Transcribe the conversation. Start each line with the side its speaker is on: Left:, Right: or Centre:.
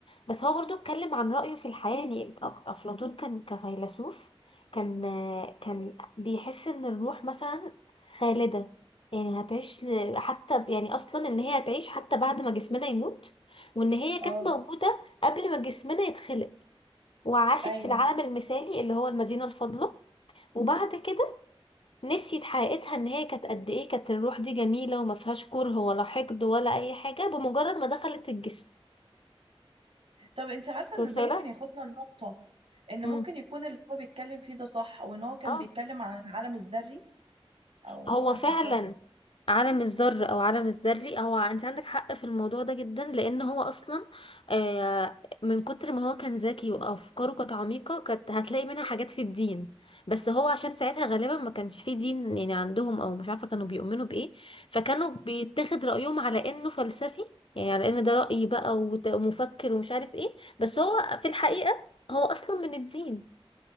Left: بس هو برضو اتكلم عن رأيه في الحياة يعني أف- افلاطون كان كفيلسوف كان آه، كان بيحس ان الروح مثلا خالدة يعني هتعيش ل- حتى ب- يعني اصلا ان هي هتعيش حتى بعد ما جسمنا يموت وان هي
Right: اه
Left: كانت موجودة قبل ما جسمنا يتخلق وعاشت
Right: ايوه
Left: في العالم المثالي اللي هو المدينة الفاضلة وبعد كده نسيت حقيقتها ان هي كانت قد ايه كانت الروح دي جميلة وما فيهاش كره ولا حقد ولا اي حاجة بمجرد ما دخلت الجسم
Right: طب انت عارفه
Left: انت
Right: ان
Left: متخيلة؟
Right: ده ممكن ياخدنا لنقطه ان
Left: امم
Right: ممكن يكون اللي هو بيتكلم فيه ده صح وان هو كان
Left: اه
Right: بيتكلم عن العالم الذري او
Left: هو
Right: عالم
Left: فعلا
Right: الذره
Left: عالم الذر او عالم الذري هو انت عندك حق في الموضوع ده جدا لان هو اصلا آه، من كتر ما هو كان ذكي وافكاره كانت عميقه كانت هتلاقي منها حاجات في الدين بس هو عشان ساعتها غالبا ما كانش فيه دين يعني عندهم او مش عارفه كانوا بيؤمنوا بايه فكانوا بيتاخد رايهم على انه فلسفي يعني على ان ده راي بقى وت- ومفكر ومش عارف ايه بس هو في الحقيقه هو اصلا من الدين